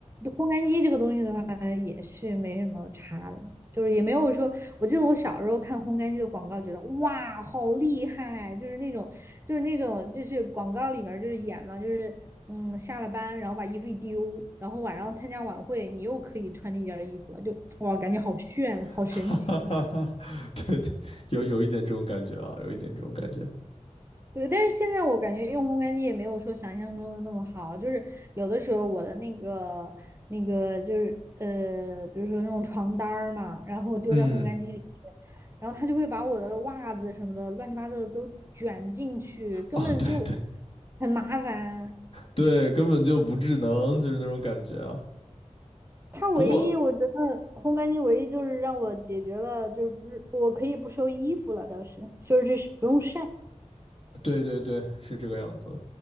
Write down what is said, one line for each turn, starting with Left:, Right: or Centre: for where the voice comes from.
Right: 烘干机这个东西的话，也是没什么差的，就是也没有说。我记得我小时候看烘干机的广告，觉得哇，好厉害！就是那种就是那种就是广告里面就是演嘛，就是嗯下了班然后把衣服一丢，然后晚上参加晚会你又可以穿那件衣服了，就哇感觉好炫，好神奇。
Left: <laughs> 哈哈哈哈。<laughs> 对对，有有一点这种感觉啊，有一点这种感觉。
Right: 对，但是现在我感觉用烘干机也没有说想象中的那么好，就是有的时候我的那个那个就是呃，比如说那种床单儿嘛，然后丢在烘干机里去，
Left: 嗯，
Right: 然后它就会把我的袜子什么的乱七八糟的都卷进去，根本就
Left: 哦，对对
Right: 很麻烦。
Left: 对，根本就不智能，就是那种感觉啊。
Right: 它唯一我觉得烘干机唯一就是让我解决了，
Left: 不过
Right: 就是不是我可以不收衣服了，倒是就是就是不用晒。
Left: 对对对，是这个样子。